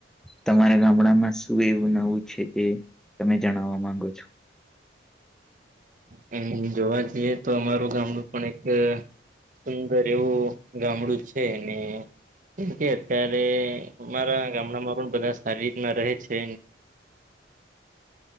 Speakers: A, in the centre; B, on the right (about 45°).
A: તમારા ગામડામાં શું એવું નવું છે જે તમે જણાવવા માંગો છો?
B: હ જોવા જઈએ તો અમારું ગામડું પણ એક સુંદર એવું ગામડું છે ને કેમ કે અત્યારે અમારા ગામડામાં પણ બધા સારી રીતના રહે છે.